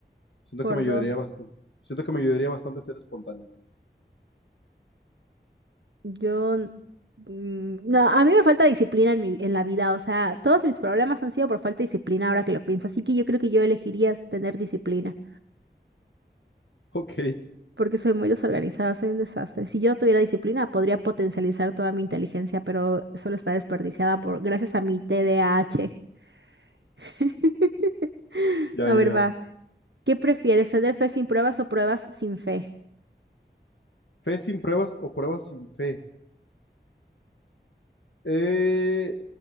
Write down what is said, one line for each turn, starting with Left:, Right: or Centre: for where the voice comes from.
Left: Siento
Right: Por
Left: que me ayudaría
Right: dos.
Left: bastante. Siento que me ayudaría bastante ser espontáneo. <laughs>
Right: Yo, mm, no, a mí me falta disciplina en mi, en la vida, o sea, todos mis problemas han sido por falta de disciplina ahora que lo pienso, así que yo creo que yo elegiría tener disciplina,
Left: Ok,
Right: porque soy muy desorganizada, soy un desastre. Si yo tuviera disciplina, podría potencializar toda mi inteligencia, pero solo está desperdiciada por, gracias a mi TDAH. A H. <laughs>
Left: ya,
Right: A
Left: ya,
Right: ver,
Left: ya.
Right: va. ¿Qué prefieres, ceder fe sin pruebas o pruebas sin fe?
Left: ¿Fe sin pruebas o pruebas sin fe? Eh,